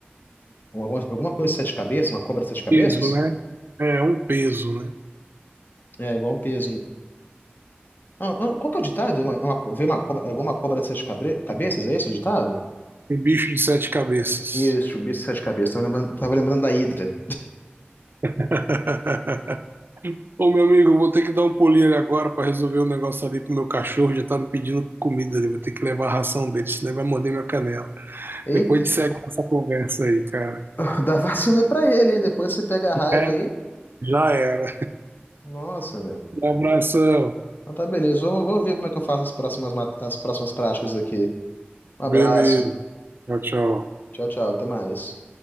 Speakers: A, on the left; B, on the right.
A: um- alguma coisa de sete cabeças, uma cobra de sete cabeças,
B: Peso, né? É um peso, né?
A: é igual um peso. Ah, ah, qual que é o ditado? Uma, uma, ver uma cobra, é alguma cobra de sete cabre- cabeças, é esse o ditado?
B: Um bicho de sete cabeças.
A: Isso, o bicho de sete cabeças. Tava lembrando, tava lembrando da Hidra.
B: <laughs> Ô, meu amigo, eu vou ter que dar um pulinho ali agora para resolver um negócio ali pro meu cachorro. Já tá me pedindo comida ali. Vou ter que levar a ração dele, senão ele vai morder minha canela.
A: Eita,
B: Depois a gente
A: meu.
B: segue essa conversa aí, cara.
A: <laughs> dá vacina pra ele, hein? Depois você pega a raiva
B: É,
A: aí.
B: já era.
A: Nossa, meu.
B: Um abração.
A: Então tá, beleza. Vamos, vamos ver como é que eu faço as próximas, mat- as próximas práticas aqui. Um abraço.
B: Beleza. Tchau, tchau.
A: Tchau, tchau. Até mais.